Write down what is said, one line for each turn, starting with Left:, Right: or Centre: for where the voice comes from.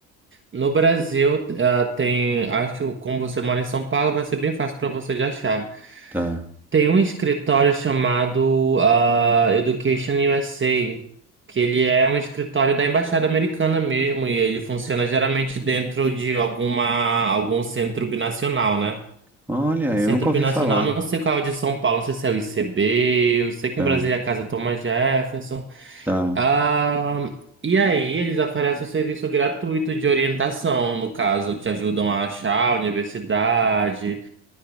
Right: No Brasil, ah, tem, acho que como você mora em São Paulo, vai ser bem fácil para você de achar.
Centre: tá.
Right: Tem um escritório chamado ah, Education USA, que ele é um escritório da Embaixada Americana mesmo, e ele funciona geralmente dentro de alguma, algum centro binacional, né?
Centre: Olha,
Right: Centro
Centre: eu nunca ouvi
Right: binacional,
Centre: falar.
Right: não sei qual é o de São Paulo, não sei se é o ICB, eu sei que
Centre: Tá,
Right: em Brasília é a Casa Thomas Jefferson.
Centre: tá.
Right: Ah, e aí eles oferecem o serviço gratuito de orientação, no caso, te ajudam a achar a universidade,